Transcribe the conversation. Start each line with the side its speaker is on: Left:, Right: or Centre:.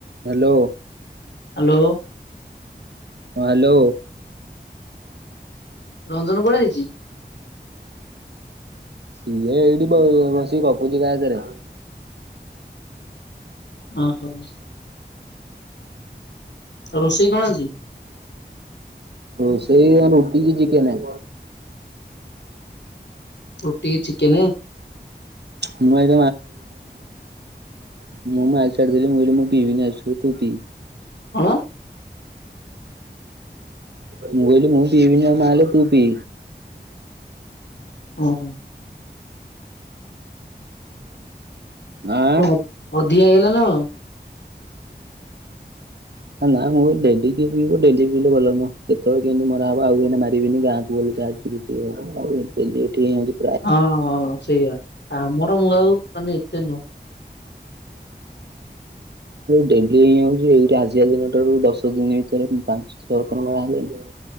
Right: Hello.
Left: Hello.
Right: ହଁ hello.
Left: Ranjan କୁଆଡେ ଯାଇଛି?
Right: ସିଏ ଏଇଠି ବ ବସିକ ଗପୁଛି କାହାଜରେ।
Left: ଓ ହୋ ରୋଷେଇ କଣ ଆଜି?
Right: ରୋସେଇ ଆ ରୁଟିିକି ଚିକେନ।
Left: ରୁଟି କି ଚିକେନ?
Right: ମୁଁ <unintelligible> ମୁଁ କହିଲି ମୁଁ ପିଇ ବିନି ଆଜିଠୁ ତୁ ପି।
Left: କଣ?
Right: ମୁଁ କହିଲି ମୁଁ ପି ବିନି ଆଉ ମାଲ୍ ତୁ ପି।
Left: ଉଁ ହୁଁ।
Right: ଆଁ।
Left: କଣ ଅଧିକା ହେଇଗଲା ନା କଣ?
Right: ନା ମୁଁ ଡେଲିି କିଏ ପିଇବ ଡେଲି ପିଲେ ଭଲ ନୁହଁ କେତେବେଳେ କେମିତି ମରା ହବ ଆଉ ଏଇନା ମାରିବିନି ଗାଁକୁ ଗଲେ ଯା <unintelligible>
Left: ହଁ ସେଇଆ ଆମର ମୁଁ ଆଉ ମାନେ ଏତେ ନୁହଁ।
Right: ଡେଲି ହଉଛି ଏଇଟା ଆଜିିକା ଦିନ ଠାରୁ ଦଶ ଦିନ ଭିତରେ ପାଞ୍ଚ ଛଅ ଥର ମରା ହେଲାଣି।